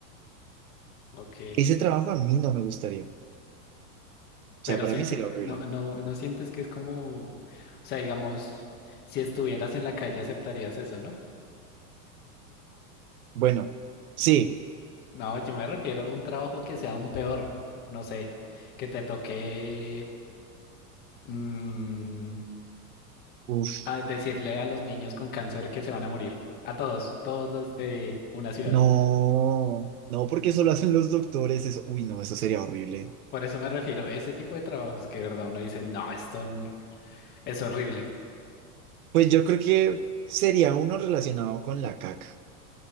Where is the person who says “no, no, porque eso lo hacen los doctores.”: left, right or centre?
Right